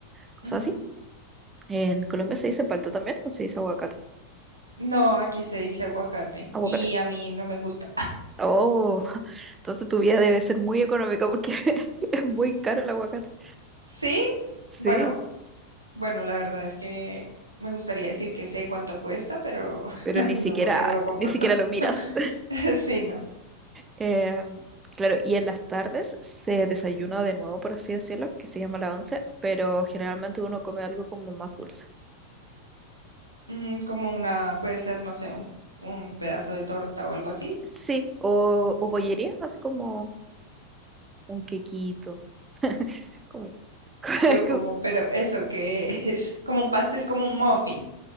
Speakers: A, on the right; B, on the right.
A: cosas
B: Ujú.
A: así. En Colombia se dice palta también, o se dice aguacate.
B: No, aquí se dice aguacate
A: Aguacate.
B: y a mí no me gusta.
A: Oh, <laughs> entonces tu vida debe ser muy económica porque <laughs> es muy caro el aguacate.
B: Sí,
A: Sí,
B: bueno, bueno, la verdad es que me gustaría decir que sé cuánto cuesta, pero
A: pero
B: <laughs>
A: ni
B: no,
A: siquiera,
B: porque no lo compro.
A: ni siquiera
B: <laughs>
A: lo miras.
B: Sí, no.
A: Eh, claro, y en las tardes se desayuna de nuevo, por así decirlo, que se llama la once, pero generalmente uno come algo como más dulce.
B: Mm, como una, puede ser, no sé, un, un pedazo de torta o algo así.
A: Sí, o, o bollería, así como un quequito. <laughs> como- <laughs>
B: Yo como, pero eso que <laughs> es como un pastel, como un muffin.